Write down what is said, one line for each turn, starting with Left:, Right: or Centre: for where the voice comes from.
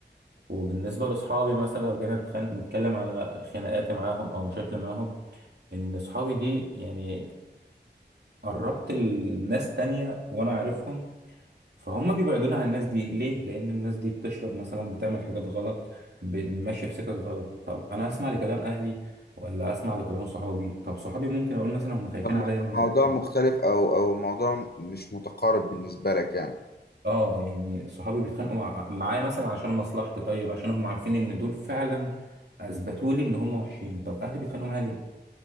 Right: وبالنسبه لصحابي مثلا لو جينا نتخن- نتكلم على خناقاتي معاهم او مشاكل معاهم ان صحابي دي يعني قربت الناس تانية وانا عارفهم فهم بيبعدوني عن الناس دي ليه لان الناس دي بتشرب مثلا بتعمل حاجات غلط ب- ماشيه في سكك غلط طب انا اسمع لكلام اهلي ولا اسمع لكلام صحابي طب صحابي ممكن اقول مثلا هم خايفين
Left: الم-
Right: عليا من
Left: الموضوع
Right: الناس دي
Left: مختلف أو أو الموضوع مش متقارب بالنسبة لك يعني
Right: اه يعني صحابي بيتخانقوا مع... معايا مثلا عشان مصلحتي طيب عشان هم عارفين ان دول فعلا اثبتوا لي ان هم وحشين طب اهلي بيتخانقوا معايا ليه